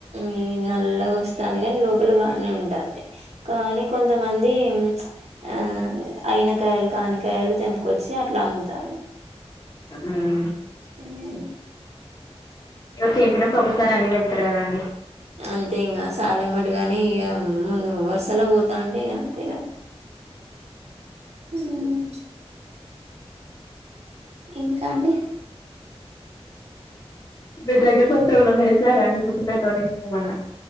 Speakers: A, on the right; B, on the left.
A: హ్మ్ నల్లగా వస్తాంది కానీ లోపల బానే ఉంటాంది కానీ కొంతమం దీ ఆ అయినకాయలు కానికాయలు తెంపుకొచ్చి అట్లా అమ్ముతారు
B: హ్మ్
A: హ్మ్
B: తెంపినప్పుడు ఒకసారె అన్నీ తెంపుతారు కదా అండి
A: అంతే ఇంగ సాలెమ్మట గాని ఇ ముందు వరసల పోతాండి అంతే కదా హ్మ్ ఇంకా అండి
B: మీ దగ్గర <unintelligible> ఎవరన్నా ఏసారా అండి తె తోట ఏమన్నా